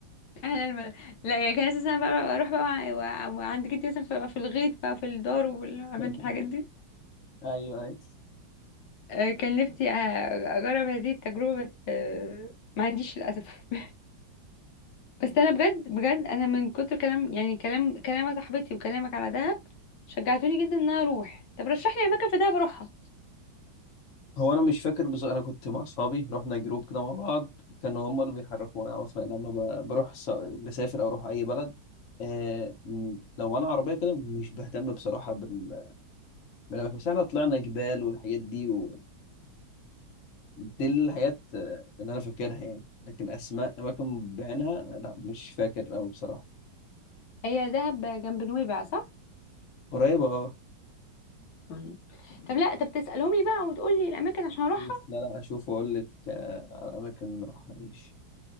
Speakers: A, on the left; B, on the left.
A: انا لما لا يعني كان اساسا بقى اروح بقى مع- وع- وعند جدي مثلا في في الغيط بقى في الدار وعملت
B: <laughs>
A: الحاجات دي
B: ايوه ايوه
A: آه، كان نفسي أ- اجرب هذه التجربه بس آه، ما عنديش للاسف <laughs> بس انا بجد بجد انا من كتر كلام يعني كلام كلامك صاحبتي وكلامك على دهب شجعتوني جدا ان انا اروح طب رشح لي اماكن في دهب اروحها
B: هو انا مش فاكر بس انا كنت مع اصحابي رحنا جروب كده مع بعض كانوا هم اللي بيحركونا عرفنا لما ب- بروح س- بسافر او اروح اي بلد آه م- لو انا عربيه كده مش بهتم بصراحه بال... ما لما فسحنا طلعنا جبال والحاجات دي و... دي الحاجات آه، اللي انا فاكرها يعني لكن اسماء اماكن بعينها لا مش فاكر أوي بصراحه
A: هي دهب جنب نويبع صح؟
B: قريبه اه
A: مم. طب لا طب تسالهم لي بقى وتقول لي الاماكن عشان اروحها
B: بس لا لا اشوف واقول لك آه، على اماكن راحه ماشي